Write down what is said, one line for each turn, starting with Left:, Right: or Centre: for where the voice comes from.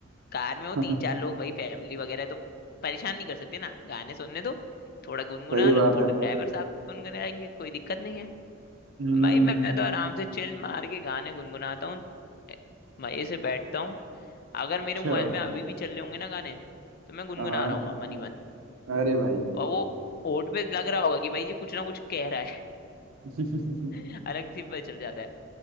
Left: कार में हो
Right: <laughs>
Left: तीन चार लोग भाई फैमिली वगैरह है, तो परेशान नहीं कर सकते ना गाने सुनने दो थोड़ा गुनगुना
Right: सही बात
Left: लो थोड़ा
Right: है
Left: ड्राइवर साहब गुनगुनाएंगे कोई दिक्कत नहीं है
Right: हम्म
Left: भाई मैं तो आराम से चिल मार के गाने गुनगुनाता हूँ ए, मजे से बैठता हूँ अगर मेरे
Right: अच्छा
Left: मोबाइल में अभी भी चल रहे होंगे ना गाने तो मैं गुनगुना
Right: हाँ
Left: रहा हूँ मनी मन
Right: अरे भाई
Left: और वो होंठ पे लग रहा होगा कि भाई ये कुछ ना कुछ कह रहा
Right: <laughs>
Left: है <laughs> अलग से पता चल जाता है